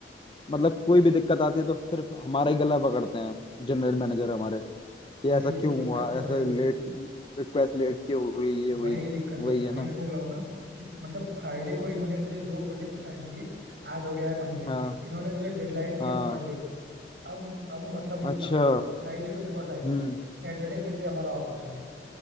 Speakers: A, on the left (about 30°); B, on the right (about 70°).
A: मतलब कोई भी दिक्कत आती है तो सिर्फ हमारा ही गला पकड़ते हैं जनरल मैनेजर हमारे ये
B: यही
A: ऐसा क्यों
B: तो दिक्कत
A: हुआ
B: है भाई
A: ऐसा लेट रिक्वेस्ट लेट क्यों हुई ये हुई
B: वही दिक्कत
A: वही
B: है
A: है
B: वही
A: ना
B: मैं बोल रहा हूँ ना कि मतलब फ्राइडे को इन्होंने मुझे दो प्रोजेक्ट असाइन किए आज हो गया है मंडे
A: हाँ
B: इन्होंने मुझे डेडलाइन दी
A: हाँ
B: है थर्सडे की अब अब मतलब ये बताओ
A: अच्छा
B: फ्राइडे को देखो असाइन किए
A: हम्म
B: सैटरडे संडे हमारा ऑफ होता है